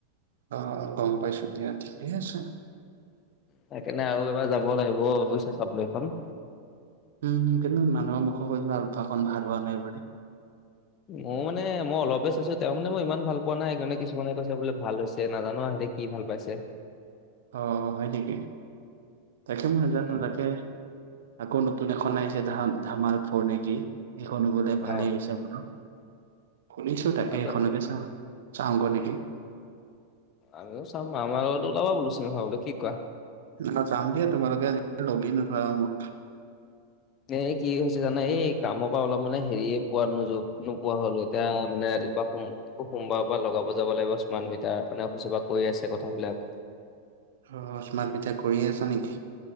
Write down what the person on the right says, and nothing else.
অ গম পাইছোঁ দিয়া ঠিকেই আছে
উম কিন্তু মানুহৰ মুখত শুনিলোঁ আলফাখন ভাল হোৱা নাই বুলি
অ হয় নেকি? তাকে মই নাজানো
তাকে আকৌ নতুন এখন আহিছে, ধা ধামাল ফৰ নেকি সেইখন গলে ভালেই
হৈছে বোলে। শুনিছো তাকে
সেইখনকে চাওঁ চাওঁ গৈ নেকি?
অঁ, যাম দিয়া তোমালোকে আজি কালি লগে নধৰা মোক।
অ স্মাতমিটাৰ কৰিয়ে আছা নেকি?